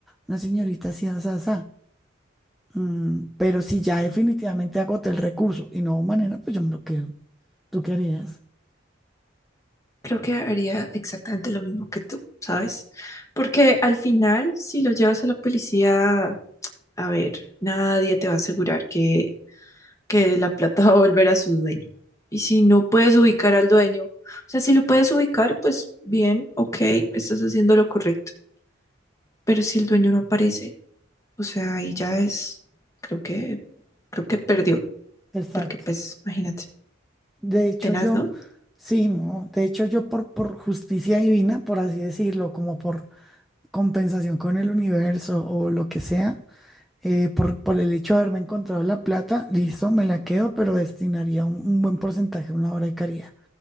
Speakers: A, in the centre; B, on the left.
A: una señorita así, así, así. Mm, pero si ya definitivamente agoté el recurso y no hubo manera, pues yo me lo quedo. ¿Tú qué harías?
B: Creo que haría exactamente lo mismo que tú, ¿sabes? Porque al final, si lo llevas a la policía, a ver, nadie te va a asegurar que, que la plata <laughs> va a volver a su dueño. Y si no puedes ubicar al dueño, o sea, si lo puedes ubicar, pues bien, ok, estás haciendo lo correcto. Pero si el dueño no aparece, o sea, ahí ya es, creo que, creo que perdió.
A: Exacto.
B: Porque pues, imagínate,
A: De hecho,
B: tenaz,
A: yo,
B: ¿no?
A: sí, no. De hecho, yo por, por justicia divina, por así decirlo, como por compensación con el universo o lo que sea, eh, por, por el hecho de haberme encontrado la plata, listo, me la quedo, pero destinaría un, un buen porcentaje a una obra de caridad.